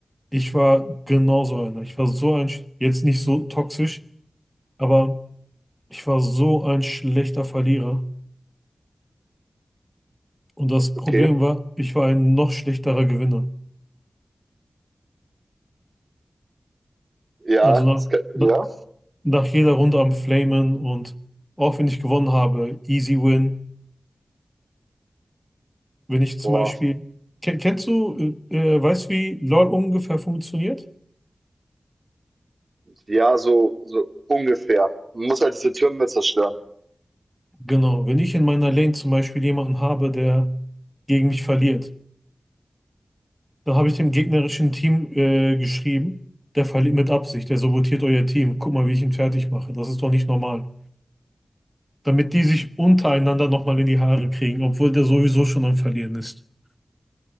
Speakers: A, in the centre; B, on the right (about 55°).
A: Ich war genauso einer. Ich war so ein, Sch- jetzt nicht so toxisch, aber ich war so ein schlechter Verlierer. Und das Problem
B: okay.
A: war, ich war ein noch schlechterer Gewinner.
B: Ja,
A: Also
B: das
A: nach,
B: kann,
A: na,
B: ja,
A: nach jeder Runde am Flamen und auch wenn ich gewonnen habe, easy win. Wenn ich zum
B: boah,
A: Beispiel, Ken- kennst du, äh, äh, weißt du, wie LoL ungefähr funktioniert?
B: ja, so, so ungefähr. Man muss halt diese Türme zerstören.
A: Genau, wenn ich in meiner Lane zum Beispiel jemanden habe, der gegen mich verliert, dann habe ich dem gegnerischen Team äh, geschrieben, der verliert mit Absicht, der sabotiert euer Team. Guck mal, wie ich ihn fertig mache. Das ist doch nicht normal. Damit die sich untereinander nochmal in die Haare kriegen, obwohl der sowieso schon am Verlieren ist. <laughs>